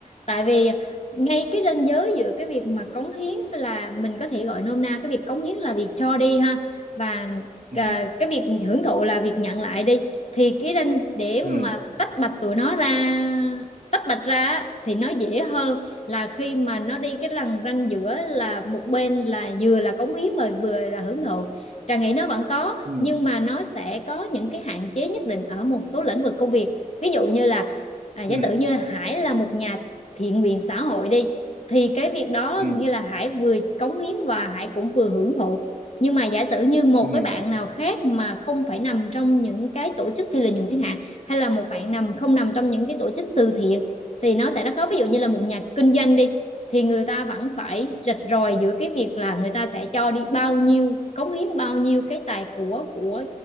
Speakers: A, on the left; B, on the right.
A: tại vì ngay cái ranh giới giữa cái việc mà cống hiến tức là mình có thể gọi nôm na cái việc cống hiến là việc cho đi ha và
B: ừ
A: à, cái việc hưởng thụ là việc nhận lại đi thì cái ranh để mà
B: ừ
A: tách bạch tụi nó ra tách bạch ra á, thì nó dễ hơn là khi mà nó đi cái lằn ranh giữa là một bên là vừa là cống hiến và vừa là hưởng thụ Trà nghĩ nó vẫn có
B: ừ
A: nhưng mà nó sẽ có những cái hạn chế nhất định ở một số lĩnh vực công việc ví dụ như là à, giả
B: ừ
A: sử như Hải là một nhà thiện nguyện xã hội đi thì cái việc đó
B: ừ
A: như là Hải vừa cống hiến và Hải cũng vừa hưởng thụ nhưng mà giả sử như một
B: ừ.
A: cái bạn nào khác mà không phải nằm trong những cái tổ chức phi lợi nhuận chẳng hạn hay là một bạn nằm không nằm trong những cái tổ chức từ thiện thì nó sẽ rất khó ví dụ như là một nhà kinh doanh đi thì người ta vẫn phải rạch ròi giữa cái việc là người ta sẽ cho đi bao nhiêu cống hiến bao nhiêu cái tài của của